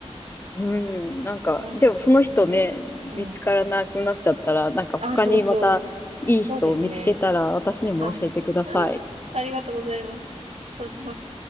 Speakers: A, on the left; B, on the right.
A: うん、なんか、
B: 思いました。
A: でもその人ね、
B: うん。うん。
A: 見つからなくなっちゃったら、なんか他にまたいい人を見つけたら私にも教えてください。
B: あ、そうそう。そうですね。はい。<laughs> あー、ありがとうございます。そうします。